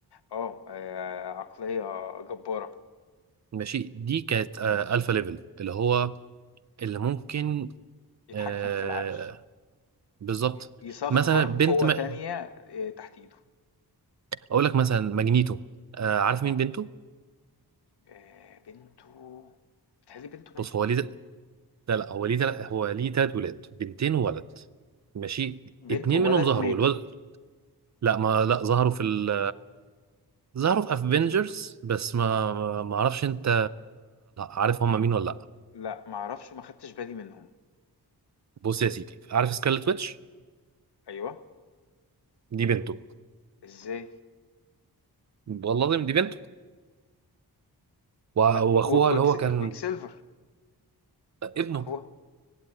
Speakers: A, on the left (about 80°); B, on the right (about 45°).
A: آه، آآ عقلية جبارة.
B: ماشي دي كانت آه الفا ليفل اللي هو اللي ممكن
A: يتحكم
B: آه
A: في العقل
B: بالظبط
A: ي- يسخر
B: مثلا بنت
A: قوة
B: ما...
A: تانية آه، تحت ايده
B: اقول لك مثلا ماجنيتو آه عارف
A: اه
B: مين بنته
A: آه، بنته بتهيألي بنته ماتت
B: بص هو ليه لا لا هو ليه تل... هو ليه تلات ولاد بنتين وولد ماشي
A: بنته
B: اتنين
A: وولد
B: منهم ظهروا
A: ماتوا
B: الولد لا ما لا ظهروا في ال ظهروا في افنجرز بس ما ما اعرفش انت عارف هم مين ولا لا
A: لا معرفش ما خدتش بالي منهم
B: بص يا سيدي عارف سكارلت ويتش
A: ايوه
B: دي بنته
A: ازاي
B: والله العظيم دي بنته وأ-
A: لا
B: واخوها
A: و- وكويك
B: اللي هو
A: س-
B: كان
A: كويك سيلفر
B: ابنه
A: اخوها